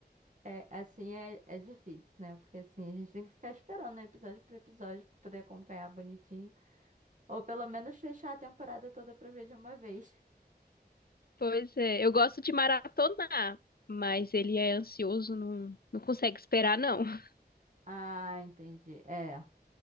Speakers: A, on the right; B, on the left.
A: É, assim é, é difícil, né? Porque assim, a gente tem que ficar esperando, né? Episódio por episódio, pra poder acompanhar bonitinho. Ou pelo menos fechar a temporada toda pra ver de uma vez.
B: Pois é, eu gosto de maratonar, mas ele é ansioso, não, não consegue esperar, não. <laughs>
A: Ah, entendi. É,